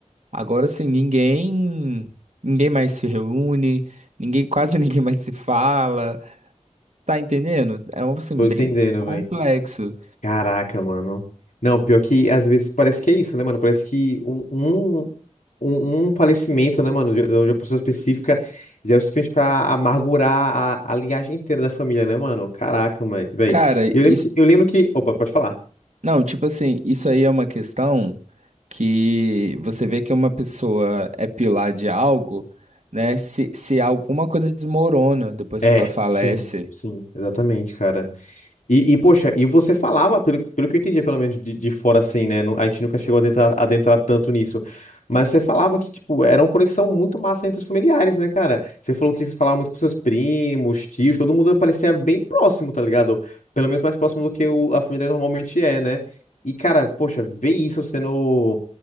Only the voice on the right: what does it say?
Agora sim, ninguém, ninguém mais se reúne, ninguém, <laughs> quase ninguém mais se fala. Tá entendendo? É um assim
bem complexo.
Cara,
isso,
não, tipo assim, isso aí é uma questão que você vê que uma pessoa é pilar de algo, né? Se, se alguma coisa desmorona depois
que ela falece,